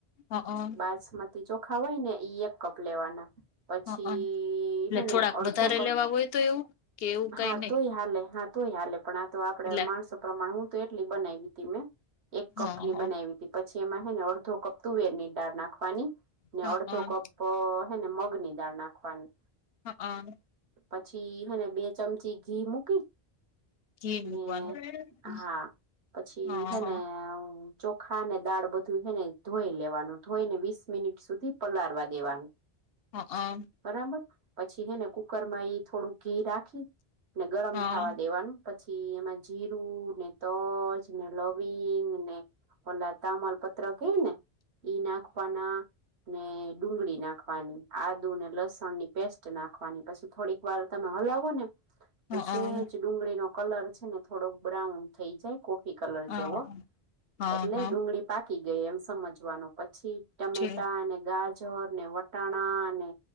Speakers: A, on the left; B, on the right.
A: હા હ.
B: બાસમતી ચોખા હોય ને ઈ એક કપ લેવાના. પછી
A: હ એટલે
B: હેને
A: થોડાક
B: અડધો
A: વધારે
B: કપ
A: લેવા હોય તો એવું કે એવું કઈ
B: હા તોય
A: નહી
B: હાલે હા. તોય હાલે પણ આ તો આપડ
A: એટલે
B: માણસો પ્રમાણે હું તો એટલી બનાવી તી મેં એક કપ
A: હા
B: ની બનાવી.
A: હા
B: પછી એમાં હેને અડધો કપ તુવેર ની ડાળ નાખવાની ને
A: હા
B: અડધો કપ તો હને મગ ની દાળ નાખવાની
A: હા
B: પછીને બે ચમચી ઘી મૂકી
A: ઘી મૂકવાનું
B: ને હા પછી
A: હા
B: હેને ચોખા અને દાળ બધું છેને ધોઈ લેવાનું ધોઈને વીસ મિનિટ સુધી પલળવા દેવાનું.
A: હા હા
B: બરાબર પછી હેને કુકરમાં એ થોડુંક ઘી રાખી ને ગરમ
A: હા હા
B: થાવા દેવાનું. એમાં જીરું ને તજ ને લવિંગ ને ઓલા તામલ પ કે ને ઈ નાખપના. ને ડુંગળી નાખવાની આદુ ને લસણની પેસ્ટ નાખવાની પછી થોડીક વાર તમે હલાવો ને
A: હા
B: તો સેજ
A: હા
B: ડુંગળી નો કલર છે ને થોડો બ્રાઉન થઈ જાય. કોફી કલર
A: હા
B: જેવો
A: હા
B: એટલે
A: હા
B: ડુંગળી પાકી ગઈ એમ સમજવાનું પછી ટમેટા
A: છે,
B: અને ગાજ ગજર ને વટાણા ને